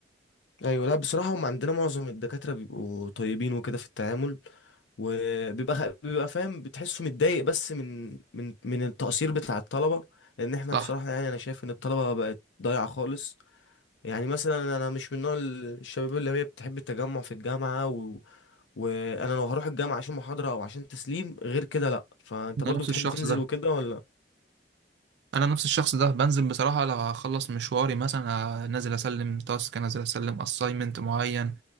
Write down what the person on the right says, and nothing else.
<laughs>
صح
انا
نفس
الشخص
ده
انا نفس الشخص ده بنزل بصراحه لو هخلص مشواري مثلا نازل اسلم تاسك نازل اسلم اساينمنت معين